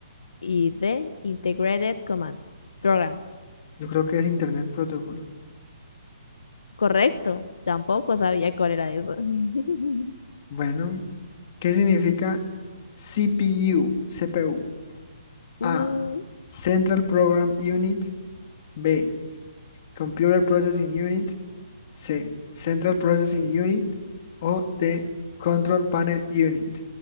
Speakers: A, on the left; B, on the left.
A: Y D, Integrated Command Program.
B: Yo creo que es Internet Protocol.
A: Correcto. Tampoco sabía cuál era eso. <laughs>
B: Bueno, ¿qué significa CPU? CPU.
A: Uh,
B: A, Central Program Unit. B, Computer Processing Unit. C, Central Processing Unit. O D, Control Panel Unit.